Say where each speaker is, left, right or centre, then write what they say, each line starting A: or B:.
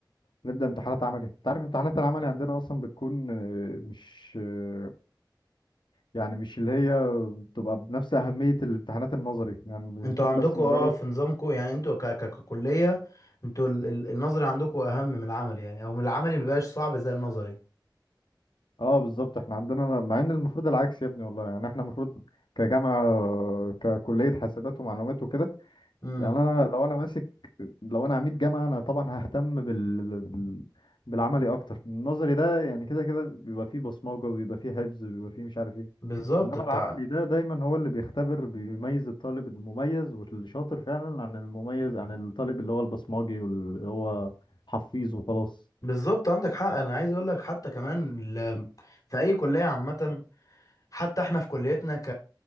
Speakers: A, on the left; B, on the left.
A: نبدأ امتحانات عملي انت عارف امتحانات العملي عندنا اصلا بتكون آه، مش آه، يعني مش اللي هي بتبقى بنفس أهمية الامتحانات النظري يعني
B: انتوا
A: بيكون
B: عندكوا
A: بس مجرد
B: اه في نظامكوا يعني انتوا ك- ك- ككلية انتوا ال- ال- النظري عندكوا اهم من العملي يعني او من العملي مبيبقاش صعب زي النظري
A: اه بالظبط احنا عندنا مع ان المفروض العكس يا ابني والله يعني احنا المفروض كجامعة آه، ككلية حاسبات ومعلومات وكده
B: امم
A: يعني انا لو انا ماسك لو انا عميد جامعة انا طبعا ههتم بال بال- بالعملي اكتر النظري ده يعني كده كده بيبقى فيه بصمجة بيبقى فيه حفظ بيبقى فيه مش عارف ايه
B: بالظبط
A: انما
B: بتاع
A: العملي ده دايما هو اللي بيختبر بيميز الطالب المميز واللي شاطر فعلا عن المميز عن الطالب اللي هو البصماجي واللي هو حفيظ وخلاص
B: بالظبط عندك حق انا عايز اقول لك حتى كمان ال... في اي كلية عامة حتى احنا في كليتنا ك...